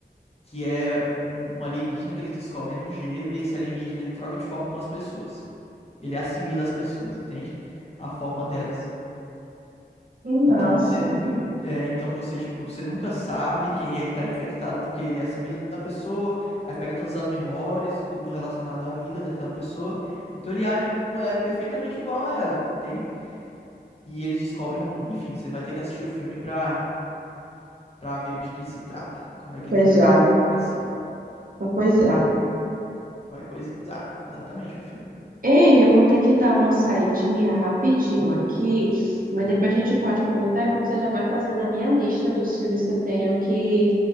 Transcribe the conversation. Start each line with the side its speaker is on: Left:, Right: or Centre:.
Left: que é um, um alienígena que eles descobrem no gelo e esse alienígena ele troca de forma com as pessoas. Ele assimila as pessoas, entende? A forma delas.
Right: Nossa.
Left: Então você nunca, é, então você tipo, você nunca sabe quem é que tá infectado porque ele assimila a pessoa, aí pega todas as memórias e tudo relacionado à vida daquela pessoa. Então ele age é, perfeitamente igual a ela, entende? E eles descobrem um, enfim, você vai ter que assistir o filme pra, para ver de que se trata, como é que
Right: Pois
Left: eles resolvem
Right: é,
Left: a situação.
Right: pois é.
Left: Vai coisar, exatamente o filme.
Right: Ei, eu vou ter que dar uma saidinha rapidinho
Left: Uhum.
Right: aqui, mas depois a gente pode comentar. É bom que você já vai fazendo a minha lista dos filmes que eu tenho que